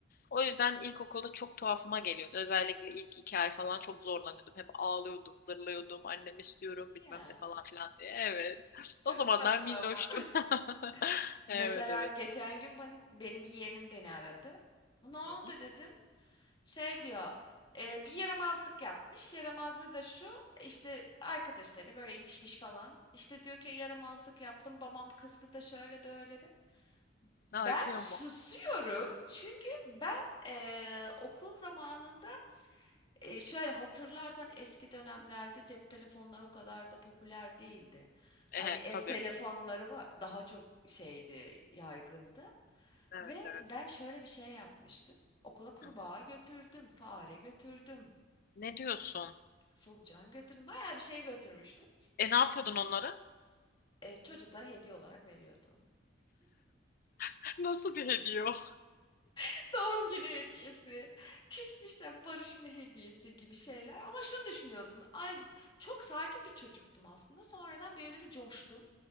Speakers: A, on the left; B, on the left.
A: O yüzden ilkokulda çok tuhafıma geliyordu. Özellikle ilk iki ay falan çok zorlanıyordum. Hep ağlıyordum, zırlıyordum. Annem istiyorum
B: Ya
A: bilmem ne falan filan diye. Evet. <laughs>
B: çok
A: O zamanlar
B: tatlı
A: minnoştum.
B: ama. <laughs>
A: <laughs>
B: Mesela
A: Evet evet.
B: geçen gün ben- benim yeğenim beni aradı. Ne oldu
A: Hı hı.
B: dedim. Şey diyor, "E, bir yaramazlık yapmış. Yaramazlığı da şu, işte arkadaşları böyle itişmiş falan. İşte diyor ki yaramazlık yaptım, babam kızdı da şöyle de öyle de.
A: Ne
B: Ben
A: akıyor
B: susuyorum
A: mu?
B: çünkü ben e, okul zamanında e, şöyle hatırlarsan eski dönemlerde cep telefonları o kadar da popüler değildi.
A: Evet
B: Hani ev
A: tabii.
B: telefonları var, daha çok şeydi, yaygındı.
A: Evet
B: Ve
A: evet.
B: ben şöyle bir şey yapmıştım. Okula kurbağa
A: Hı hı.
B: götürdüm, fare götürdüm,
A: Ne diyorsun?
B: solucan götürdüm. Bayağı bir şey götürmüştüm.
A: E ne yapıyordun onlara?
B: E, çocuklara hediye olarak veriyordum.
A: <laughs> Nasıl bir hediye o?
B: <laughs> Doğum günü hediyesi, küsmüşsem barışma hediyesi gibi şeyler. Ama şunu düşünüyordum. Ay çok sakin bir çocuktum aslında. Sonradan böyle bir coştum.